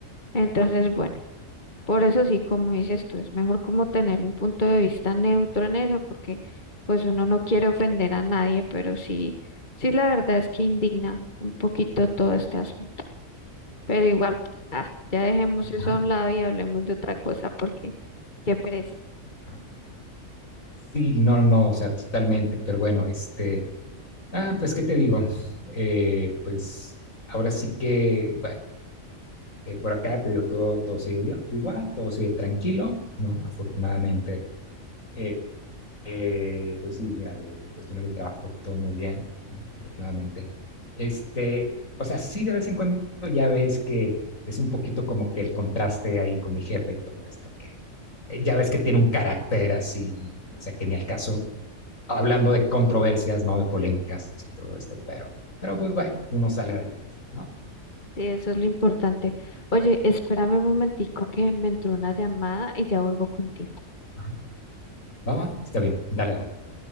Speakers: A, on the left; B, on the left.
A: Entonces, bueno, por eso sí, como dices tú, es mejor como tener un punto de vista neutro en eso, porque pues uno no quiere ofender a nadie, pero sí, sí la verdad es que indigna un poquito todo este asunto. Pero igual, pues, ah, ya dejemos eso
B: Ajá,
A: a un lado y hablemos de otra cosa, porque qué pereza.
B: ajá. Sí, no, no, no, o sea, totalmente, pero bueno, este, ah, pues, ¿qué te digo? Eh, pues, ahora sí que, bueno Eh, por acá te digo, todo, todo sigue igual, todo sigue tranquilo, ¿no? Afortunadamente. Eh, eh, pues sí, mira, de, de cuestiones de trabajo, todo muy bien, ¿no? Afortunadamente. Este, o sea, sí de vez en cuando ya ves que es un poquito como que el contraste ahí con mi jefe y todo esto, que eh, ya ves que tiene un carácter así, o sea, que ni al caso, hablando de controversias, ¿no? De polémicas y todo esto, pero, pero pues bueno, uno sale adelante, ¿no?
A: Sí, eso es lo importante. Oye, espérame un momentico que me entró una llamada y ya vuelvo contigo.
B: Ajá. Va, va, está bien, dale, dale.